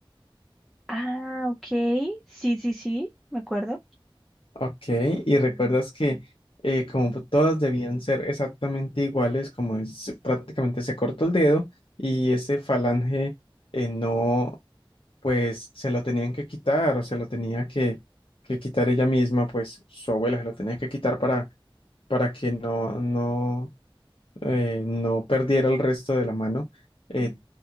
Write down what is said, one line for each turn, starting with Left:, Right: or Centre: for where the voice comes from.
Centre: Ah, ok. Sí, sí, sí, me acuerdo.
Left: Ok, y recuerdas que eh, como todas debían ser exactamente iguales, como es- prácticamente se cortó el dedo y ese falange eh, no, pues se lo tenían que quitar o se lo tenía que, que quitar ella misma, pues su abuela se lo tenía que quitar para, para que no, no eh, no perdiera el resto de la mano, eh,